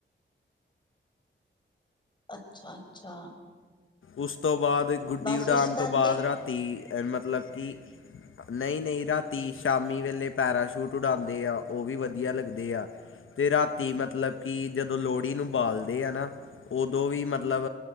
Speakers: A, on the left; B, on the left.
A: ਅੱਛਾ, ਅੱਛਾ।
B: ਉਸ ਤੋਂ ਬਾਅਦ ਗੁੱਡੀ
A: ਬਸ
B: ਉਡਾਉਣ
A: ਇਸ ਕਰਕੇ
B: ਤੋਂ ਬਾਅਦ ਰਾਤੀ ਮਤਲਬ ਕਿ ਨਹੀਂ ਨਹੀਂ ਰਾਤੀ ਸ਼ਾਮੀ ਵੇਲੇ ਪੈਰਾਸ਼ੂਟ ਉਡਾਉਂਦੇ ਆ ਉਹ ਵੀ ਵਧੀਆ ਲੱਗਦੇ ਆ ਅਤੇ ਰਾਤੀ ਮਤਲਬ ਕਿ ਜਦੋਂ ਲੋਹੜੀ ਨੂੰ ਬਾਲਦੇ ਆ ਨਾ ਉਦੋਂ ਵੀ ਮਤਲਬ